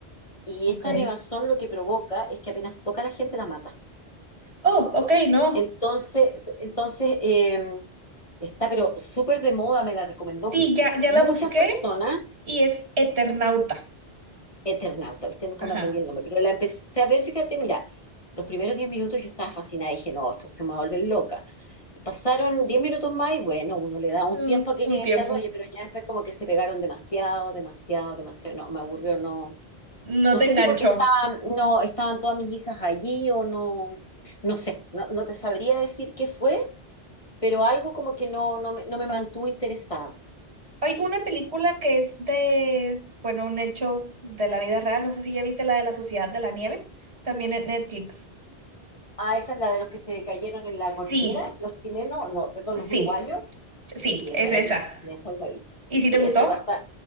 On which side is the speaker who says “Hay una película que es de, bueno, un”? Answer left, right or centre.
Right